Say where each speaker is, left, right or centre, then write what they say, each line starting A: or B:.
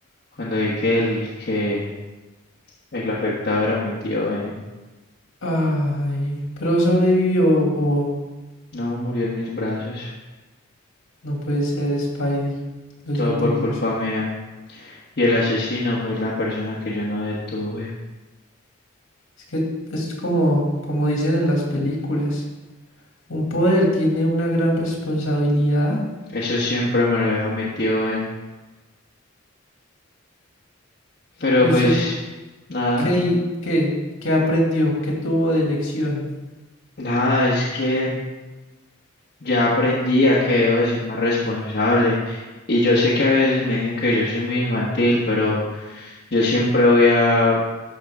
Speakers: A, on the left; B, on the left.
A: cuando vi que el que El afectado era mi tío Ben.
B: Ay, pero sobrevivió. o
A: No, murió en mis brazos.
B: no puede ser, Spidey. Lo
A: Todo
B: siento
A: por
B: mucho.
A: culpa mía. Y el asesino fue la persona que yo no detuve.
B: Es que es como, como dicen en las películas. Un poder tiene una gran responsabilidad
A: Eso siempre me lo dijo mi tío Ben. Pero
B: y
A: pues,
B: usted
A: nada.
B: ¿Qué, hi- qué, qué aprendió? ¿Qué tuvo de lección?
A: Nada, es que ya aprendí a que debo de ser más responsable. Y yo sé que a veces me dicen que yo soy muy infantil, pero yo siempre voy a